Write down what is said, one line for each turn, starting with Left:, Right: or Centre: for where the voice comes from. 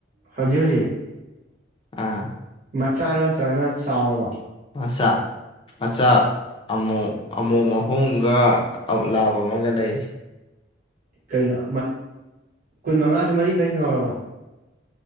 Right: ꯍꯧꯖꯤꯛ ꯍꯧꯖꯤꯛ
Left: ꯑꯥ
Right: ꯃꯆꯥ ꯅꯠꯇ꯭ꯔꯒꯅ ꯆꯥꯎꯔꯕ
Left: ꯃꯆꯥ ꯃꯆꯥ ꯑꯃꯣ ꯑꯃꯣ ꯑꯍꯨꯝꯒ ꯂꯥꯕ ꯑꯃꯒ ꯂꯩꯔꯤ
Right: ꯀꯩꯅꯣ ꯀꯨꯟ ꯃꯉꯥꯗꯨ ꯃꯔꯤꯈꯛ ꯍꯤꯡꯍꯧꯔꯕ